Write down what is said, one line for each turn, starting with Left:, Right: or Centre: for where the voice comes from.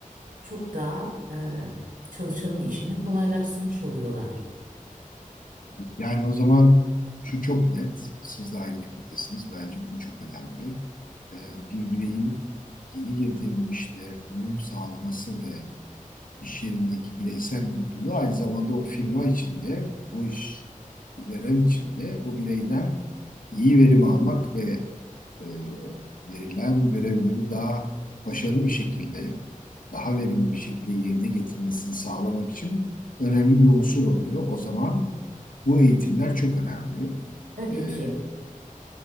Right: çok daha e, çalışanın işini kolaylaştırmış oluyorlar.
Left: Yani o zaman şu çok net, siz de aynı fikirdesiniz. Bence bu çok önemli. Ee, bir bireyin yeni girdiği bir işte uyum sağlaması ve iş yerindeki bireysel mutluluğu aynı zamanda o firma içinde, o iş veren içinde o bireyden iyi verim almak ve e, verilen görevleri daha başarılı bir şekilde, daha verimli bir şekilde yerine getirmesini sağlamak için önemli bir unsur oluyor. O zaman bu eğitimler çok önemli.
Right: Tabii
Left: E,
Right: ki.